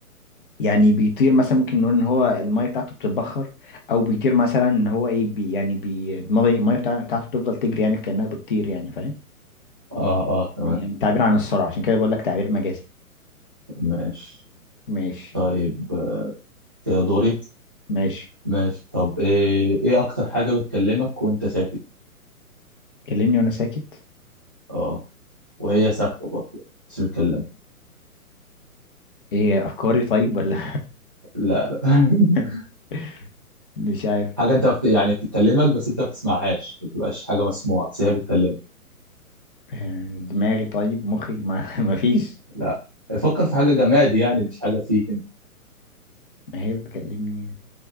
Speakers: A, on the left; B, on the right.
A: يعني بيطير مثلا ممكن نقول ان هو الميه بتاعته بتتبخر او بيطير مثلا ان هو ايه بي يعني بي الميه المية بتاع- بتاعته بتفضل تجري يعني كانها بتطير يعني فاهم
B: اه اه تمام
A: يعني تعبير عن السرعه عشان كده بقول لك تعبير مجازي
B: ماشي
A: ماشي
B: طيب آه، كده دوري
A: ماشي
B: ماشي طب ايه ايه اكتر حاجة بتكلمك وانت ساكت؟
A: كلمني وانا ساكت
B: اه وهي ساكتة برضه بس بتكلمك
A: ايه افكاري طيب ولا
B: لا لا
A: <laughs>
B: <laughs>
A: مش عارف
B: حاجة انت بت... يعني بتكلمك بس انت ما بتسمعهاش ما بتبقاش حاجة مسموعة بس هي بتكلمك
A: آه، دماغي طيب مخي ما <laughs> ما فيش
B: لا فكر في حاجة جماد يعني مش حاجة فيك انت
A: ما هي بتكلمني